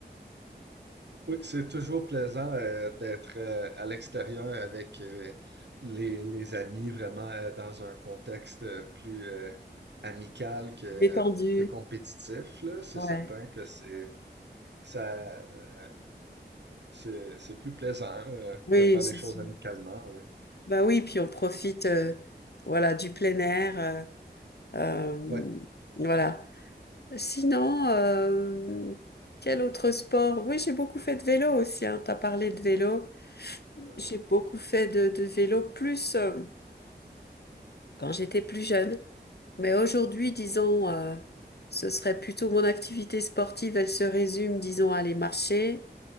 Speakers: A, on the right; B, on the left.
A: Oui, c'est toujours plaisant euh, d'être euh, à l'extérieur avec euh, les, les amis, vraiment euh, dans un contexte euh, plus euh, amical que,
B: Détendu.
A: que compétitif, là. C'est
B: Ouais.
A: certain que c'est ça euh, c'est c'est plus plaisant euh,
B: Oui,
A: de faire
B: c'est
A: les choses
B: sûr.
A: amicalement, oui.
B: Bah oui, puis on profite, euh, voilà, du plein air. euh, Euh,
A: Ouais.
B: voilà. Sinon, euh, quel autre sport? Oui, j'ai beaucoup fait de vélo aussi, hein. Tu as parlé de vélo.
A: Euh,
B: J'ai beaucoup fait de, de vélo plus euh, quand j'étais plus jeune. Mais aujourd'hui, disons, euh, ce serait plutôt mon activité sportive, elle se résume, disons, à aller marcher.